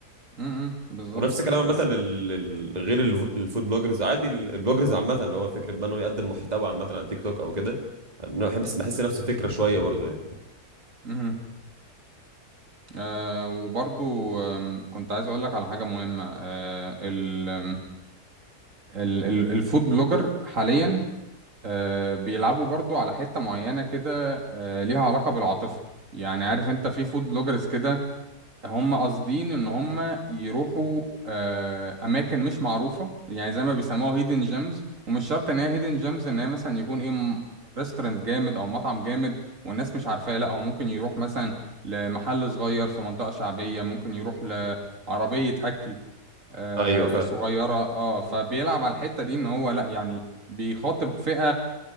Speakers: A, on the right; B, on the right.
A: امم بالظبط
B: ونفس الكلام عامة
A: بس
B: لل... لل- غير الف- الفود بلوجرز عادي ال- البلوجرز عامة اللي هو فكرة بقى انه يقدم محتوى عامة على تيك توك او كده أنا بحس بحس نفس الفكرة شوية برضو يعني
A: امم آه وبرضو آم، كنت عايز اقول لك على حاجة مهمة آه ال آم، ال ال الفود بلوجر حاليا آه بيلعبوا برضو على حتة معينة كده آه ليها علاقة بالعاطفة يعني عارف انت في فود بلوجرز كده هم قاصدين ان هم يروحوا آه، اماكن مش معروفه يعني زي ما بيسموها هيدن جيمز ومش شرط ان هي هيدن جيمز ان هي مثلا يكون ايه ريستورانت جامد او مطعم جامد والناس مش عارفاه لا هو ممكن يروح مثلا لمحل صغير في منطقه شعبيه ممكن يروح لعربيه اكل آه
B: ايوه فاهم
A: صغيرة اه فبيلعب على الحتة دي ان هو لا يعني بيخاطب فئة